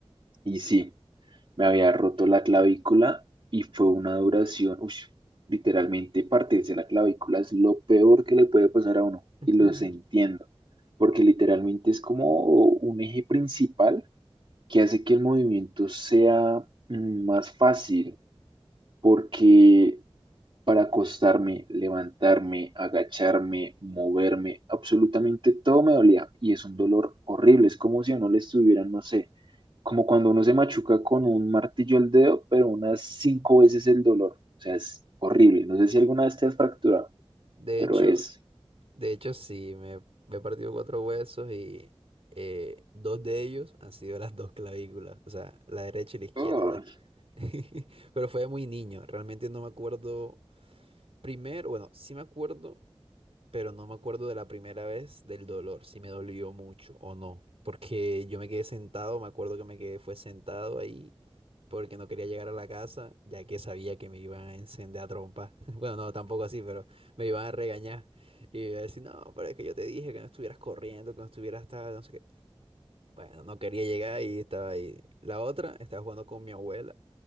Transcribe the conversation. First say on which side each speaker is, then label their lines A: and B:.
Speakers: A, on the right; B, on the right.
A: Y sí, me había roto la clavícula y fue una duración, uy, literalmente partirse la clavícula es lo peor que le puede pasar a uno
B: ujú.
A: y los entiendo, porque literalmente es como un eje principal que hace que el movimiento sea mm, más fácil, porque para acostarme, levantarme, agacharme, moverme, absolutamente todo me dolía y es un dolor horrible, es como si a uno le estuvieran, no sé como cuando uno se machuca con un martillo el dedo, pero unas cinco veces el dolor. O sea, es horrible. No sé si alguna vez te has fracturado,
B: De
A: pero
B: hecho,
A: es...
B: de hecho sí, me, me he partido cuatro huesos y eh, dos de ellos han sido las dos clavículas, o sea, la derecha y la izquierda.
A: Oh,
B: <laughs> Pero fue muy niño, realmente no me acuerdo Primero, bueno, sí me acuerdo, pero no me acuerdo de la primera vez del dolor, si me dolió mucho o no, porque yo me quedé sentado, me acuerdo que me quedé, fue sentado ahí, porque no quería llegar a la casa, ya que sabía que me iban a encender a trompa. <laughs> Bueno, no, tampoco así, pero me iban a regañar. Y iba a decir, no, pero es que yo te dije que no estuvieras corriendo, que no estuvieras tal, no sé qué. Bueno, no quería llegar y estaba ahí. La otra, estaba jugando con mi abuela